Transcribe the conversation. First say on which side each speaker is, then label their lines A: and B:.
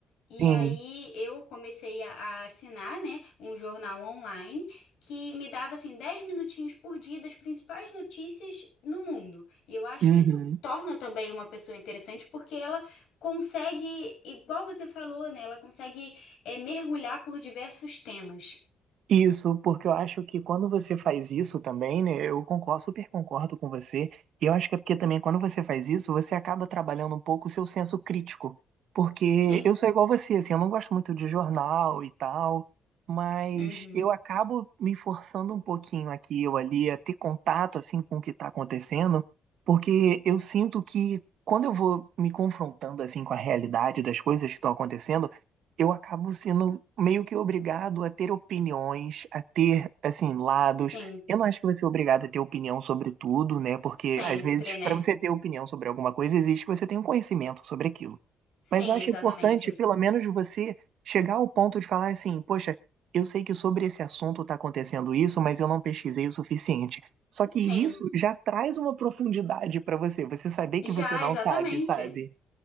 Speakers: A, on the left; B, on the right.
A: E
B: sim.
A: aí eu comecei a, a assinar, né, um jornal online que me dava assim 10 minutinhos por dia das principais notícias no mundo. E eu acho
B: Uhum.
A: que isso torna também uma pessoa interessante porque ela consegue, igual você falou, né, ela consegue é, mergulhar por diversos temas.
B: Isso, porque eu acho que quando você faz isso também, né, eu concordo, super concordo com você, e eu acho que é porque também quando você faz isso, você acaba trabalhando um pouco o seu senso crítico, porque
A: Sim.
B: eu sou igual você, assim, eu não gosto muito de jornal e tal, mas
A: Uhum.
B: eu acabo me forçando um pouquinho aqui ou ali a ter contato, assim, com o que está acontecendo, porque eu sinto que quando eu vou me confrontando, assim, com a realidade das coisas que estão acontecendo, eu acabo sendo meio que obrigado a ter opiniões, a ter, assim, lados.
A: Sim.
B: Eu não acho que você é obrigado a ter opinião sobre tudo, né? Porque,
A: Sempre,
B: às vezes,
A: né?
B: para você ter opinião sobre alguma coisa, existe que você tenha um conhecimento sobre aquilo.
A: Sim,
B: Mas eu acho
A: exatamente.
B: importante, pelo menos, você chegar ao ponto de falar assim: poxa, eu sei que sobre esse assunto está acontecendo isso, mas eu não pesquisei o suficiente. Só que
A: Sim.
B: isso já traz uma profundidade para você, você saber
A: Já,
B: que você não
A: exatamente.
B: sabe, sabe?